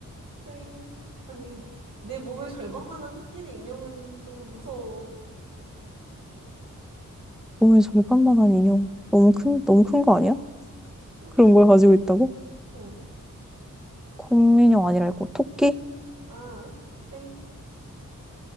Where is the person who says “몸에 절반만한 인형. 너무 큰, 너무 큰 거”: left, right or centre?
Centre